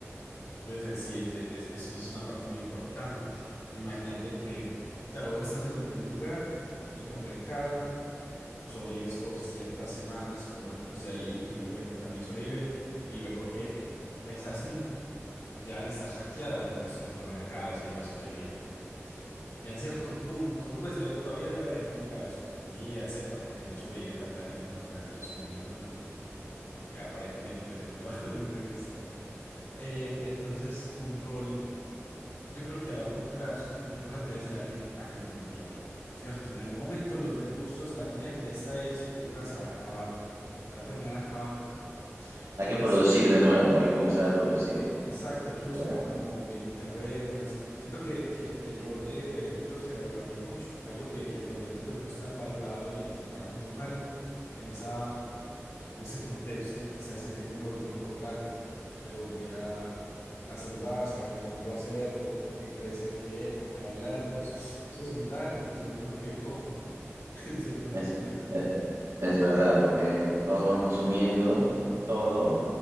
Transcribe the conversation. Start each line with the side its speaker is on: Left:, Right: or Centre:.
Left: Entonces, eh, sí, es- es- es- eso es una parte muy importante. Imagínate que, claro, vos estás en un, en un lugar, en un supermercado. sobrevives por ciertas semanas con los recursos de ahí y tu grupo de gente también sobrevive. Y luego que pensás, "Mm, ya van a estar saqueados el resto de supermercados y hay más sobrevivientes. Ya en cierto punto, pues debe- todavía debe haber lugares con comida, etcétera, porque no sobrevive tanta gente en un apocalipsis zombie normalmente. Eh, aparentemente, pues según lo, <laughs> lo que he visto. Eh, entonces, un rol yo creo que a largo plazo, muy importante debe ser alguien agricultor, ¿cierto? En algún momento los recursos, la comida que ya está hecha y procesada se va a acabar, se va a terminar acabando. Entonces,
Right: Hay que producir de nuevo, hay que comenzar a producir.
Left: exacto, hay que buscar
Right: Claro.
Left: como bien un terreno. neces- Siento que, que- que el rol de, de agricultor se valoraría mucho, algo que, que actualmente pues no es tan valorado y, y se paga muy mal en esa, en ese contexto, quizás sí tenga un rol muy importante de volver a, a sembrar, saber cuándo hacerlo, qué crece en qué época del año. Eso es, eso es vital, porque si no, uno que come <laughs> en cierto
Right: Es,
Left: punto ya.
Right: e- es verdad, porque todos van consumiendo todo
Left: Ajá.